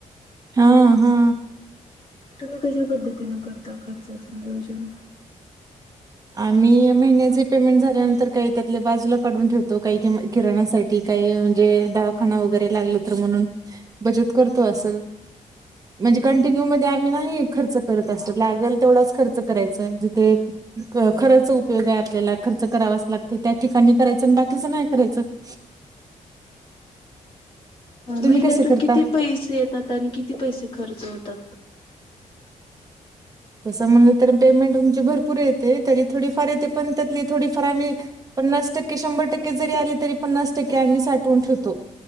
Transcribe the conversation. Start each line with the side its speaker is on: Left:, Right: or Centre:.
Right: हा. हा.
Left: तुम्ही कशा पद्धतीनं करता खर्चाचं नियोजन?
Right: आम्ही महिन्याचे पेमेंट झाल्यानंतर काही त्यातले बाजूला काढून ठेवतो काही की किराणासाठी, काही म्हणजे दवाखाना वगैरे लागल तर म्हणून. बचत करतो असं. म्हणजे कंटिन्यू मध्ये आम्ही नाही खर्च करत अस. लागेल तेवढाच खर्च करायच आहे जिथे खरच उपयोग आहे आपल्याला खर्च करावाच लागतं. त्या ठिकाणी करायचं आणि बाकीचं नाही करायचं. <inaudible> तुम्ही
Left: महिन्यातून
Right: कसे करता
Left: किती पैसे येतात आणि किती पैसे खर्च होतात.
Right: तसं म्हणलं तर पेमेंट आमची भरपूर येते. तरी थोडीफार येते पण त्यातली थोडीफार आम्ही. पन्नास टक्के शंभर टक्के जरी आले तरी पन्नास टक्के आम्ही साठवून ठेवतो.